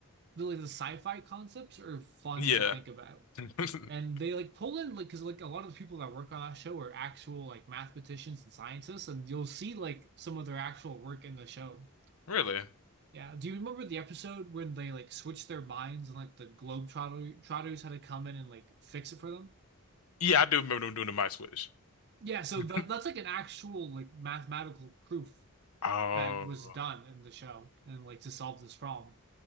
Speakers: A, on the right; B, on the left.
A: really the sci-fi concepts are fun
B: Yeah.
A: to think about.
B: <laughs>
A: And they like pull in like because like a lot of the people that work on that show are actual like mathematicians and scientists, and you'll see like some of their actual work in the show.
B: Really?
A: Yeah. Do you remember the episode when they like switched their minds and like the Globetrotter Trotters had to come in and like fix it for them?
B: Yeah, I do remember them doing the My Switch. <laughs>
A: Yeah, so that, that's like an actual like mathematical proof
B: Oh,
A: that was done in the show and like to solve this problem.